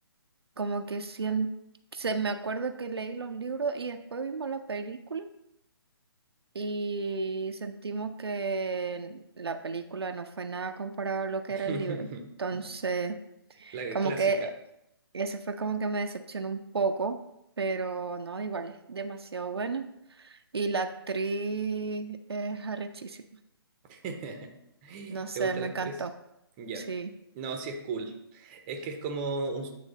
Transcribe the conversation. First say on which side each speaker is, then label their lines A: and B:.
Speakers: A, on the right; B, on the right.
A: como que sien- se me acuerdo que leí los libros y después vimos la película y sentimos que la película no fue nada comparado a lo que
B: <laughs>
A: era el libro. Entonces,
B: La
A: como
B: clásica.
A: que Eso fue como que me decepcionó un poco, pero no, igual es demasiado buena. Y la actriz es arrechísima.
B: <laughs> ¿Te
A: No sé,
B: gusta
A: me
B: la
A: encantó.
B: actriz? Ya.
A: Sí.
B: No, sí es cool. Es que es como un,